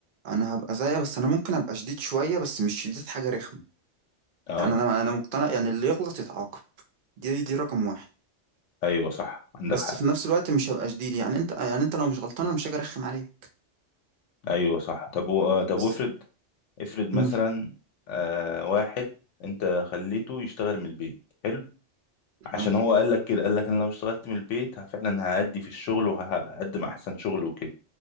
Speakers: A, on the right; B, on the left.
A: انا هبقى زيها بس انا ممكن ابقى شديد شويه بس مش شديد حاجه رخمه
B: اه
A: يعني انا انا مقتنع يعني اللي يغلط يتعاقب دي دي رقم واحد
B: ايوه صح عندك
A: بس
B: حق
A: في نفس الوقت مش هبقى شديد يعني انت يعني انت لو مش غلطان انا مش هاجي ارخم عليك
B: ايوه صح طب و... آه، طب
A: بس
B: وافرض افرض مثلا
A: امم
B: آه واحد انت خليته يشتغل من البيت حلو عشان
A: حلو
B: هو قال لك كده قال لك انا لو اشتغلت من البيت ه- فعلا هأدي في الشغل وهقدم احسن شغل وكده